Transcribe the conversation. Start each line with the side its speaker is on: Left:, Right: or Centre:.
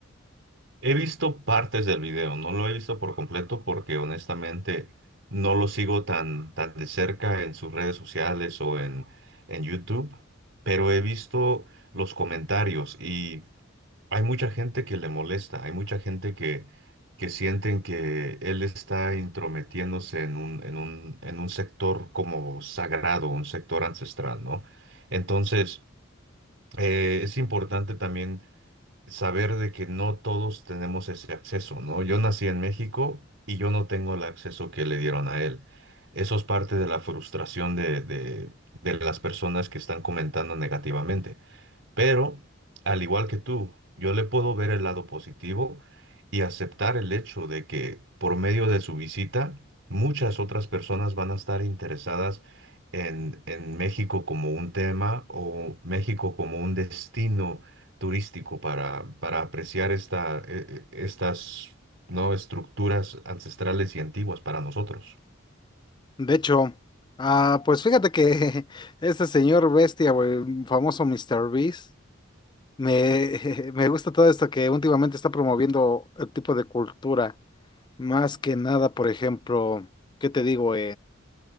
Right: He visto partes del video, no lo he visto por completo porque honestamente no lo sigo tan, tan de cerca en sus redes sociales o en, en YouTube, pero he visto los comentarios y hay mucha gente que le molesta, hay mucha gente que, que sienten que él está intrometiéndose en un, en un, en un sector como sagrado, un sector ancestral, ¿no? Entonces, eh, es importante también saber de que no todos tenemos ese acceso, ¿no? Yo nací en México y yo no tengo el acceso que le dieron a él. Eso es parte de la frustración de, de de las personas que están comentando negativamente. Pero, al igual que tú, yo le puedo ver el lado positivo y aceptar el hecho de que por medio de su visita, muchas otras personas van a estar interesadas en, en México como un tema o México como un destino turístico para, para apreciar esta, eh, eh, estas, ¿no? estructuras ancestrales y antiguas para nosotros.
Left: De hecho, ah, pues fíjate que <laughs> este señor bestia, o el famoso Mr. Beast, me, <laughs> me gusta todo esto que últimamente está promoviendo el tipo de cultura. Más que nada, por ejemplo, ¿qué te digo?